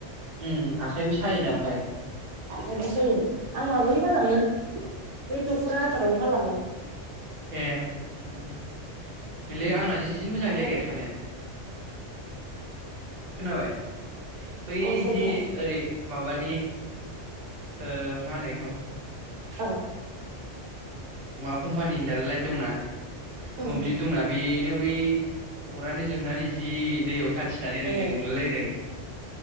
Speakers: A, on the right; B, on the right.
A: उम आखाइबो सायोना ओमफ्राय
B: आखाइ बो सायो आं माबायावनो गालाङो बै दखरा आफादावनो गालाङो।
A: ए ओम ओम। नैलै
B: उम
A: आंनासो जि मोजां
B: ओमफ्राय
A: जायगाया थानो खोनाबाय बै
B: अबे जायगाया
A: दि ओरै माबानि ओ मा होनो बेखौ
B: औ
A: माबा कम्पानिनि दालाय दंना
B: उम
A: मोब्लिब दंना बेनो बै अरानो जोंनानै जि दैयाव सा खिनानै
B: ए
A: रेजें मोनलायलायदों,